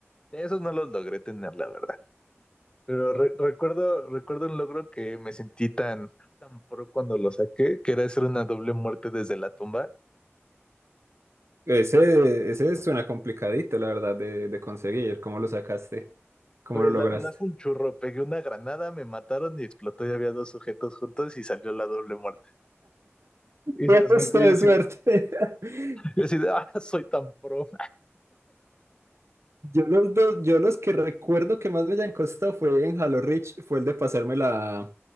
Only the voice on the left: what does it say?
Esos no los logré tener, la verdad. Pero re- recuerdo, recuerdo un logro que me sentí tan, tan pro cuando lo saqué, que era hacer una doble muerte desde la tumba.
Pues
la verdad fue un churro, pegué una granada, me mataron y explotó y había dos sujetos juntos y salió la doble muerte.
Y
se los
yo
así,
yo así de, ah, soy tan pro.